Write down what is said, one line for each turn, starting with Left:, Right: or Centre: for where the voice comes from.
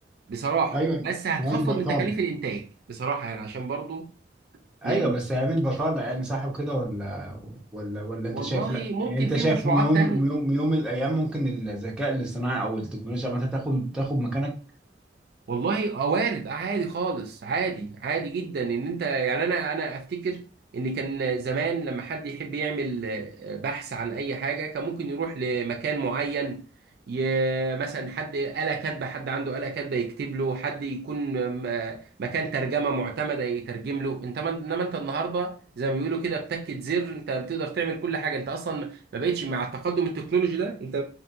Right: بصراحة
Centre: ايوه
Right: بس هتخفض
Centre: يعمل بطاله
Right: من تكاليف الإنتاج بصراحة يعني عشان برضو
Centre: ايوه
Right: ن-
Centre: بس هيعمل بطالة يعني صح وكده ولا ولا ولا انت
Right: والله
Centre: شايف لا
Right: ممكن
Centre: يعني انت
Right: في
Centre: شايف
Right: مشروعات
Centre: يوم
Right: تانية
Centre: يوم يوم من الايام ممكن الذكاء الاصطناعي او التكنولوجيا عامة تاخد تاخد مكانك
Right: والله آه، وارد آه، عادي خالص عادي عادي جدا ان انت يعني انا انا افتكر ان كان زمان لما حد يحب يعمل آه، بحث عن اي حاجه كان ممكن يروح لمكان معين ي... مثلا حد آلة كاتبه حد عنده آلة كاتبه يكتب له حد يكون آه، مكان ترجمه معتمده يترجم له انت من... انما انت النهارده زي ما بيقولوا كده بتكة زر انت بتقدر تعمل كل حاجه انت اصلا ما بقتش مع التقدم التكنولوجي ده انت